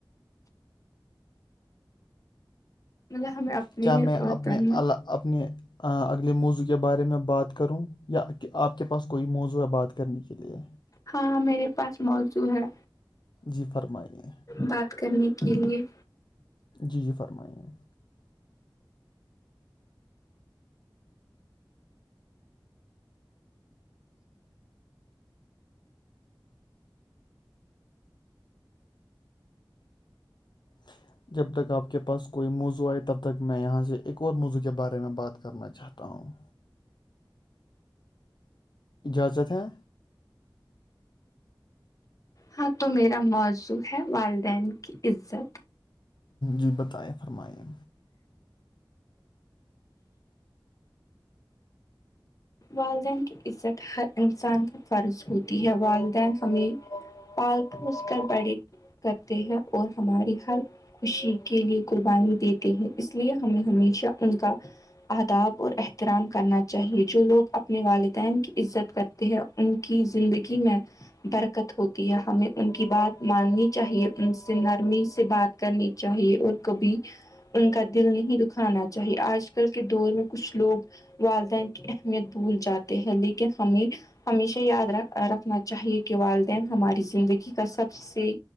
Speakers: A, on the left; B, on the left.
A: مطلب ہمیں اپنی
B: کیا میں
A: وتانی
B: اپنے الا- اپنے اگلے موضوع کے بارے میں بات کروں یا آپ کے پاس کوئی موضوع ہے بات کرنے کے لئے
A: ہاں میرے پاس موزوں ہے
B: جی فرمائیے
A: بات کرنے کے لیے
B: جی جی فرمائیے جی جب تک آپ کے پاس کوئی موضوع آئے تب تک میں یہاں سے ایک اور موضوع کے بارے میں بات کرنا چاہ تا ھمم اجازت ہے
A: ہاں تو میرا موضوع ہے والدین کی عزت
B: جی بتائیں فرمائیں
A: والدین کی عزت ہر انسان کا فرض ہوتی ہے والدین ہمیں پال پوس کر بڑے کرتے ہیں اور ہماری ہر خوشی کے لیے قربانی دیتے ہیں اس لیے ہمیں ہمیشہ ان کا آداب اور احترام کرنا چاہیے جو لوگ اپنے والدین کی عزت کرتے ہیں ان کی زندگی میں برکت ہوتی ہے ہمیں ان کی بات ماننی چاہیے ان سے نرمی سے بات کرنی چاہیے اور کبھی ان کا دل نہیں دکھانا چاہیے آج کل کے دور میں کچھ لوگ والدین کی اہم یت بھول جاتے ہیں لیکن ہمیں ہمیشہ یاد ر رکھنا چاہیے کہ والدین ہماری زندگی کا سب سے